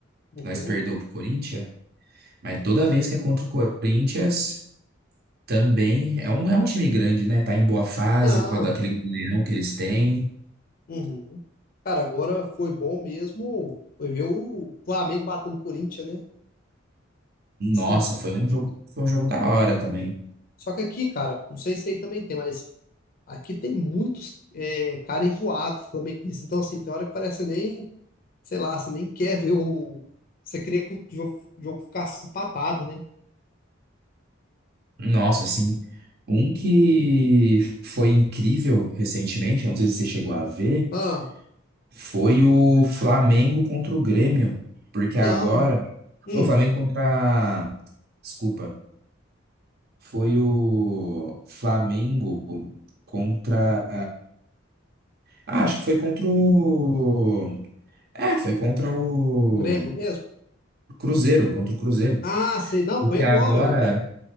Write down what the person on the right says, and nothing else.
que nós perdeu pro Corinthians, mas toda vez que é contra o Corinthians, Também é um, é um time grande, né? Tá em boa fase
por causa daquele goleirão que eles têm.
Nossa,
foi um jogo, foi um jogo da hora também.
Nossa, assim, um que foi incrível recentemente, não sei se você chegou a ver,
foi o Flamengo contra o Grêmio, porque agora
o Flamengo contra, desculpa, foi o Flamengo contra, ah, acho que foi contra o, é, foi contra o
Cruzeiro, contra o Cruzeiro.
Porque
agora.